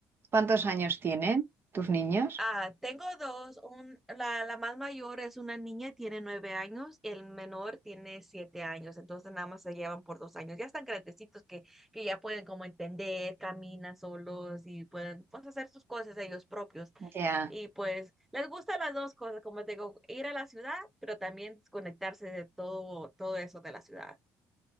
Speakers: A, on the right; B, in the centre.
A: cuántos años tienen tus niños?
B: Ah, tengo dos. Un, la, la más mayor es una niña, tiene nueve años, el menor tiene siete años, entonces nada más se llevan por dos años. Ya están grandecitos que, que ya pueden como entender, caminan solos y pueden pues, hacer sus cosas ellos propios.
A: Ya.
B: Y pues les gustan las dos cosas, como te digo, ir a la ciudad, pero también desconectarse de todo, todo eso de la ciudad.